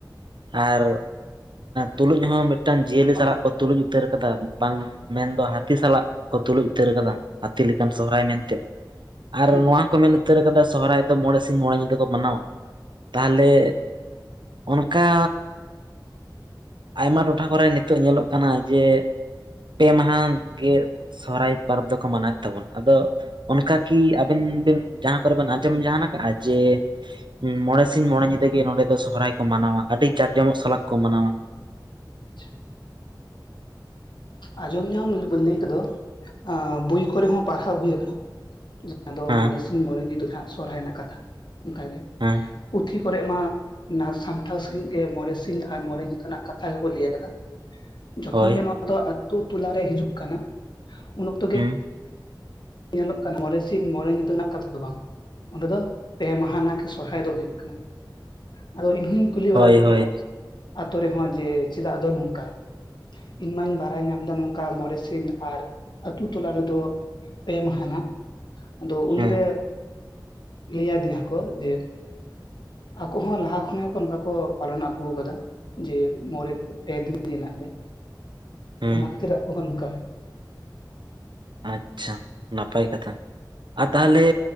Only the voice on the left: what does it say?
ᱦᱮᱸ
ᱟᱪᱪᱷᱟ <inaudible> ᱟᱸᱡᱚᱢ ᱧᱟᱢ ᱞᱟᱹᱭ ᱠᱚᱫᱚ ᱟᱸ ᱵᱳᱭ ᱠᱚᱨᱮ ᱦᱚᱸ ᱯᱟᱲᱦᱟᱣ ᱦᱩᱭ ᱟᱠᱟᱱᱟ᱾ ᱟᱫᱚ
ᱢᱚᱬᱮ ᱥᱤᱧ ᱢᱚᱬᱮ ᱧᱤᱫᱟᱹ ᱦᱟᱜ ᱥᱚᱨᱦᱟᱭ ᱨᱮᱱᱟᱜ ᱠᱟᱛᱷᱟ ᱚᱱᱠᱟ ᱜᱮ
ᱯᱩᱛᱷᱤ ᱠᱚᱨᱮ ᱢᱟ ᱱᱟ ᱥᱟᱢᱴᱟᱣ ᱥᱟᱺᱦᱤᱡ ᱜᱮ ᱢᱚᱬᱮ ᱥᱤᱧ ᱟᱨ ᱢᱚᱬᱮ ᱧᱤᱫᱟᱹ ᱨᱮᱱᱟᱜ ᱠᱟᱛᱷᱟ ᱜᱮᱠᱚ ᱞᱟᱹᱭ ᱟᱠᱟᱫᱟ᱾ ᱡᱚᱠᱷᱚᱱ
ᱜᱮ ᱱᱚᱣᱟ ᱫᱚ ᱟᱹᱛᱩ ᱴᱚᱞᱟ ᱨᱮ ᱦᱤᱡᱩᱜ ᱠᱟᱱᱟ ᱩᱱ ᱚᱠᱛᱚ ᱜᱮ
ᱧᱮᱞᱚᱜ ᱠᱟᱱᱟ ᱢᱚᱬᱮ ᱥᱤᱧ ᱢᱚᱬᱮ ᱧᱤᱫᱟᱹ ᱨᱮᱱᱟᱜ ᱠᱟᱛᱷᱟ ᱫᱚ ᱵᱟᱝ, ᱚᱸᱰᱮ ᱫᱚ ᱯᱮ ᱢᱟᱦᱟᱱᱟᱜ ᱜᱮ ᱥᱚᱨᱦᱟᱭ ᱫᱚ ᱦᱩᱭᱩᱜ ᱠᱟᱱᱟ᱾ ᱟᱫᱚ ᱤᱧ ᱦᱚᱧ ᱠᱩᱞᱤ
ᱵᱟᱲᱟ ᱞᱮᱫ
ᱠᱚᱣᱟ ᱟᱹᱛᱳ ᱨᱮᱦᱚᱸ ᱡᱮ ᱪᱮᱫᱟᱜ ᱫᱚ ᱱᱚᱝᱠᱟ? ᱤᱧ ᱢᱟᱧ ᱵᱟᱲᱟᱭ ᱧᱟᱢ ᱫᱟ ᱱᱚᱝᱠᱟ ᱢᱚᱬᱮ ᱥᱤᱧ ᱟᱨ ᱟᱹᱛᱩ ᱴᱚᱞᱟ ᱨᱮᱫᱚ ᱯᱮ ᱢᱟᱦᱟᱱᱟᱜ ᱟᱫᱚ ᱩᱱᱨᱮ
ᱞᱟᱹᱭ ᱟᱫᱤᱧᱟ ᱠᱚ ᱡᱮ ᱟᱠᱚ ᱦᱚᱸ ᱞᱟᱦᱟ ᱠᱷᱚᱱ ᱜᱮᱠᱚ ᱚᱱᱠᱟ ᱠᱚ ᱯᱟᱞᱚᱱ ᱟᱹᱜᱩ ᱟᱠᱟᱫᱟ᱾ ᱡᱮ ᱢᱚᱬᱮ ᱫᱤ ᱯᱮ ᱫᱤ ᱨᱮᱱᱟᱜ ᱜᱮ
ᱚᱱᱟ ᱠᱷᱟᱹᱛᱤᱨᱟᱜ ᱠᱚᱦᱚᱸ ᱱᱚᱝᱠᱟ᱾